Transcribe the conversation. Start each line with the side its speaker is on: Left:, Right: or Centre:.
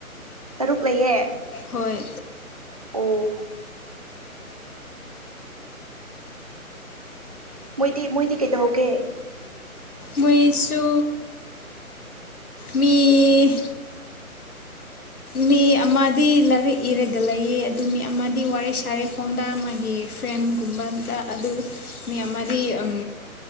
Right: ꯇꯔꯨꯛ ꯂꯩꯌꯦ
Left: ꯍꯣꯏ
Right: ꯑꯣ ꯃꯣꯏꯗꯤ ꯃꯣꯏꯗꯤ ꯀꯩ ꯇꯧꯍꯧꯒꯦ
Left: ꯃꯣꯏꯁꯨ ꯃꯤ ꯃꯤ ꯑꯃꯗꯤ ꯂꯔꯤꯛ ꯏꯔꯒ ꯂꯩꯌꯦ ꯑꯗꯨ ꯃꯤ ꯑꯃꯗꯤ ꯋꯥꯔꯤ ꯁꯥꯔꯦ ꯐꯣꯟꯗ ꯃꯥꯒꯤ ꯐ꯭ꯔꯦꯟꯒꯨꯝꯕꯗ ꯑꯗꯨ ꯃꯤ ꯑꯃꯗꯤ ꯎꯝ